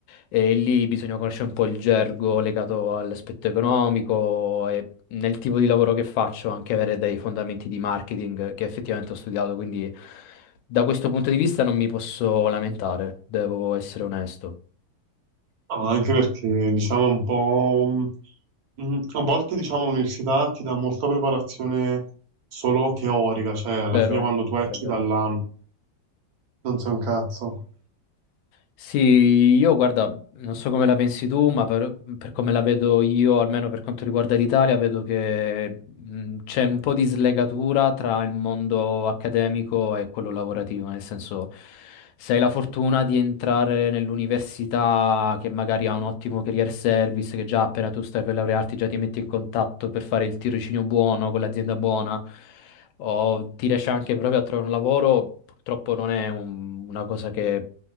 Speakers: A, on the left; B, on the right.
A: E lì bisogna conoscere un po' il gergo legato all'aspetto economico e nel tipo di lavoro che faccio anche avere dei fondamenti di marketing che effettivamente ho studiato, quindi. Da questo punto di vista non mi posso lamentare, devo essere onesto.
B: Ah, Anche perché, diciamo, è un po'... mm, mm, a volte, diciamo, l'università ti dà molta preparazione solo teorica, cioè alla
A: Vero,
B: fine quando tu esci
A: però è vero.
B: dall'anno non sei un cazzo.
A: Sì, io guarda, non so come la pensi tu, ma per, per come la vedo io, almeno per quanto riguarda l'Italia, vedo che mh, c'è un po' di slegatura tra il mondo accademico e quello lavorativo, nel senso, se hai la fortuna di entrare nell'università che magari ha un ottimo career service, che già appena tu stai per laurearti già ti metti in contatto per fare il tirocinio buono con l'azienda buona o ti riesci anche proprio a trovare un lavoro, purtroppo non è un- una cosa che